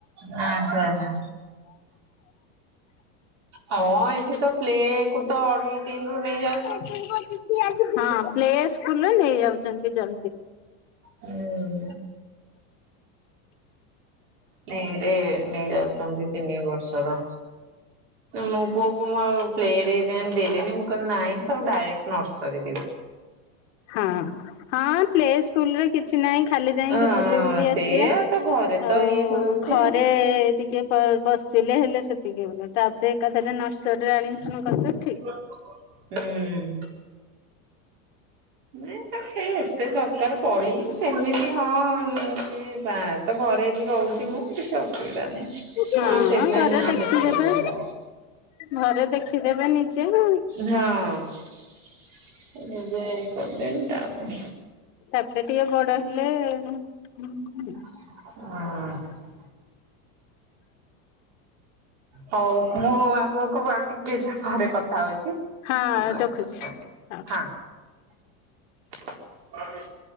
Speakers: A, on the right (about 45°); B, on the left (about 55°).
A: ହଁ ଆଛା ଆଛା। ହଁ ଏଠି ତ ପ୍ଲେ କୁ ତ ଅଢେଇ ତିନ ରୁ ନେଇଯାଉ
B: ହଁ ପ୍ଲେ ସ୍କୁଲ ନେଇଯାଉଛନ୍ତି ଜଲ୍ଦି।
A: ହୁଁ। ନେରେ ନେଇ ଯାଉଛନ୍ତି ତିନି ବର୍ଷର। ମୋ ପୁଅକୁ ମୁଁ ଆଉ ପ୍ଲେରେ ହେଇଥିପାଇଁ ଦେଲିିନି ମୁଁ କହିଲି ନାହିଁ ତାକୁ ଡାଇରେକ୍ଟ ନର୍ସରୀ ଦିଅ।
B: ହଁ ହଁ ପ୍ଲେ ସ୍କୁଲରେ କିଛି ନାହିଁ ଖାଲି ଯାଇକି
A: ହଁ
B: ବୁଲି ବୁଲି
A: ସେଇଆ
B: ଆସିବା।
A: ତ ଘରେ ତ
B: ଆଉ
A: ଇଏ ହଉଛି।
B: ଘରେ ଟିକେ ପ ପଶିଲେ ହେଲେ ସେତିକି ହଉନି ତାପରେ ଏକାଥରେ ନର୍ସରୀରେ ଆଡ଼ମିସନ କରିବେ।
A: ହୁଁ। ନ ତ <unintelligible> ଏତେ ଦରକାର ପଡ଼ିନି ସେମିତି ହଁ ସିଏ ବା ତ ଘରେ ବି ରହୁଛି ମୁଁ। କିଛି ଅସୁବିଧା ନାଇଁ ମୁଁ
B: ଠିକ
A: ଆଉ ସେଇଥିପାଇଁ
B: ହଁ ଘରେ
A: ନାଁ
B: ଦେଖିଦେବେ
A: ଲେଖେଇଲିନି।
B: ଘରେ ଦେଖିଦେବେ ନିଜେ ଆଉ।
A: ହଁ ନିଜେ ଏଇ କରିଦେବି ତାପ
B: ତାପରେ ଟିକେ ବଡ ହେଲେ
A: ହୁଁ। ହଉ ମୁଁ ଆପଣଙ୍କୁ ଆଉ ଟିକେ ପରେ କଥା ହଉଛି। ଏଇ
B: ହଁ
A: ବା
B: ରଖୁଛି। ହଁ।
A: ହ ହ <unintelligible>